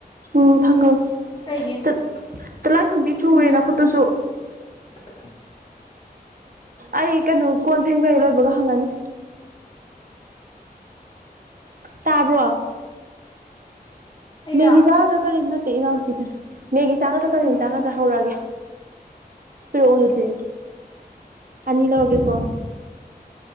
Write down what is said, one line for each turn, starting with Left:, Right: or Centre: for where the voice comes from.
Right: <unintelligible> ꯎꯝ ꯊꯥꯡꯒꯜ
Left: ꯀꯩꯒꯤ
Right: ꯇꯤꯠ ꯇꯤꯂꯥꯏꯐꯨꯝꯕꯤ ꯆꯨꯔꯦ
Left: ꯎꯝ
Right: ꯅꯈꯨꯠꯇꯨꯁꯨ
Left: <unintelligible>
Right: ꯑꯩ ꯀꯩꯅꯣ ꯀꯣꯟ ꯐꯦꯡꯕ ꯍꯦꯛ ꯂꯣꯏꯕꯒ ꯍꯪꯉꯅꯤ ꯇꯥꯕ꯭ꯔꯣ
Left: ꯑꯩꯔꯣ
Right: ꯃꯦꯒꯤ ꯆꯥꯒꯗ꯭ꯔꯥ ꯀꯔꯤ ꯅꯠꯇꯦ ꯏꯅꯥꯎꯅꯨꯄꯤꯗꯅꯤ ꯃꯦꯒꯤ ꯆꯥꯒꯗ꯭ꯔꯥ ꯀꯔꯤꯝ
Left: ꯎꯝ
Right: ꯆꯥꯒꯗ꯭ꯔꯥ ꯍꯧꯔꯛꯑꯒꯦ ꯄꯤꯔꯛꯑꯣ ꯑꯗꯨꯗꯤ ꯑꯅꯤ ꯂꯧꯔꯒꯦꯀꯣ